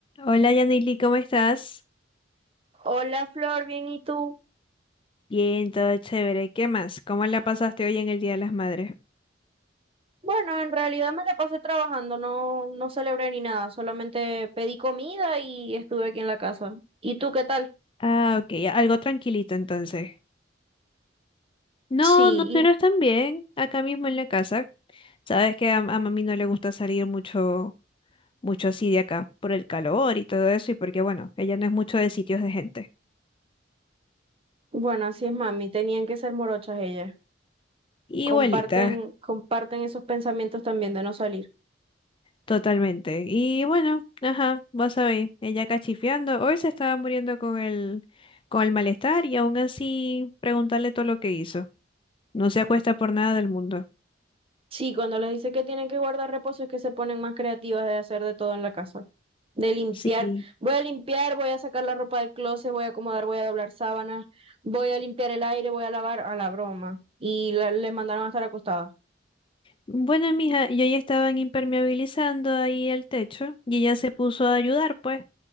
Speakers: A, on the left; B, on the right.
A: Hola Yanili, ¿cómo estás?
B: Hola Flor, bien, ¿y tú?
A: Bien, todo chévere. ¿Qué más? ¿Cómo la pasaste hoy en el Día de las Madres?
B: Bueno, en realidad me la pasé trabajando, no, no celebré ni nada, solamente pedí comida y estuve aquí en la casa. ¿Y tú qué tal?
A: Ah, ok, algo tranquilito entonces. No,
B: Sí,
A: nosotros también, acá mismo en la casa. Sabes que a, a mami no le gusta salir mucho, mucho así de acá, por el calor y todo eso, y porque bueno, ella no es mucho de sitios de gente.
B: y bueno, así es mami, tenían que ser morochas ellas. Comparten,
A: Igualita,
B: comparten esos pensamientos también de no salir.
A: totalmente. Y bueno, ajá, vos sabéis, ella cachifiando, hoy se estaba muriendo con el, con el malestar y aún así preguntarle todo lo que hizo. No se acuesta por nada del mundo.
B: Sí, cuando les dice que tienen que guardar reposo es que se ponen más creativas de hacer de todo en la casa. de limpiar.
A: Sí.
B: Voy a limpiar, voy a sacar la ropa del closet, voy a acomodar, voy a doblar sábanas, voy a limpiar el aire, voy a lavar a la broma. Y la- le mandaron a estar acostada.
A: Bueno, mija, yo ya estaban impermeabilizando ahí el techo y ella se puso a ayudar, pues.